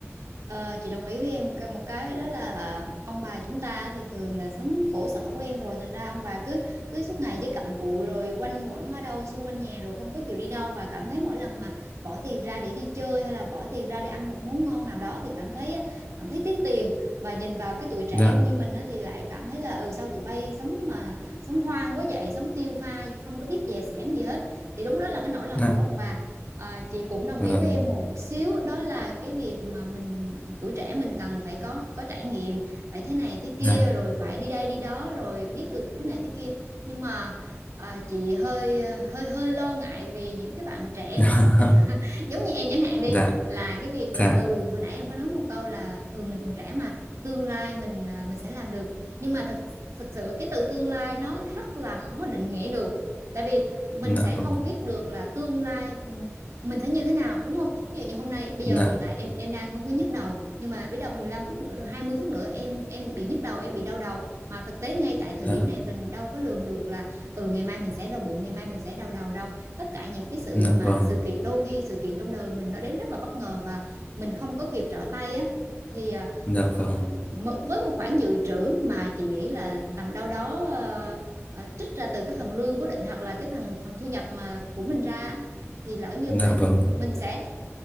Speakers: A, on the right; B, on the left.
A: Ờ, chị đồng ý với em cái- một cái đó là ông bà chúng ta thì thường là sống khổ sở quen rồi thành ra ông bà cứ cứ suốt ngày chỉ cặm cụi rồi quanh quẩn ở đâu xung quanh nhà rồi không có chịu đi đâu và cảm thấy mỗi lần mà bỏ tiền ra để đi chơi hay là bỏ tiền ra để ăn một món ngon nào đó thì cảm thấy cảm thấy tiếc tiền và nhìn vào cái tuổi trẻ
B: dạ
A: như mình á, thì lại cảm thấy là ừ sao tụi bay sống mà sống hoang quá vậy sống tiêu pha không có biết dè sẻn gì hết thì đúng đó là cái nỗi lòng
B: dạ
A: của ông bà À, chị cũng đồng
B: vâng
A: ý với em một xíu đó là cái việc mà mình tuổi trẻ mình cần phải có có trải nghiệm phải thế này thế kia
B: dạ
A: rồi phải đi đây đi đó rồi biết được cái này thế kia nhưng mà à, chị hơi hơi hơi lo ngại về những cái bạn trẻ
B: <laughs>
A: <laughs> giống như em chẳng hạn đi
B: dạ
A: là cái việc
B: dạ
A: là ừ hồi nãy em có nói một câu là ừ mình còn trẻ mà tương lai mình à, mình sẽ làm được nhưng mà thật thực sự cái từ tương lai nó rất là khó định nghĩa được tại vì mình
B: dạ
A: sẽ
B: vâng
A: không biết được là tương lai mình sẽ như thế nào đúng không ví dụ như hôm nay bây
B: dạ
A: giờ hiện tại em em đang không có nhức đầu nhưng mà biết đâu 15 phút nữa rồi 20 phút nữa em em bị nhức đầu em bị đau đầu mà thực tế ngay tại thời
B: dạ
A: điểm này mình đâu có lường được là ừ ngày mai mình sẽ đau bụng ngày mai mình sẽ đau đầu đâu tất cả những cái sự
B: dạ
A: mà
B: vâng
A: sự kiện đôi khi sự kiện trong đời mình nó đến rất là bất ngờ và mình không có kịp trở tay á thì à,
B: dạ
A: ờ,
B: vâng
A: với một khoản dự trữ mà chị nghĩ là tầm đâu đó ờ, ờ, trích ra từ cái phần lương cố định hoặc là cái phần phần thu nhập mà của mình ra thì lỡ như
B: dạ
A: mà
B: vâng
A: mình sẽ